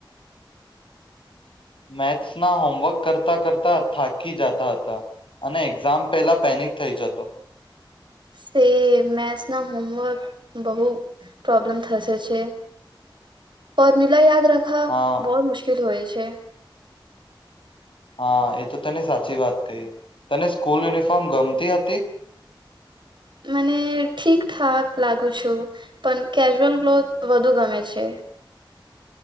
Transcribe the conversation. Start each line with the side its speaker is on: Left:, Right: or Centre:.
Left: મેથ્સના હોમવર્ક કરતાં કરતાં થાકી જતા હતા અને એક્ઝામ પહેલા પેનિક થઈ જતો.
Right: તે મેથસ ના હોમવર્ક બહુ પ્રોબ્લેમ થશે છે ફોર્મ્યુલા યાદ. <unintelligible>
Left: હા
Right: બોહ મુશ્કેલ હોય છે.
Left: હા એ તો તને સાચી વાત કહી તને સ્કૂલ યુનિફોર્મ ગમતી હતી.
Right: અને ઠીકઠાક લાગુ છું પણ કેજ્યુઅલ ગ્લોથ વધુ ગમે છે.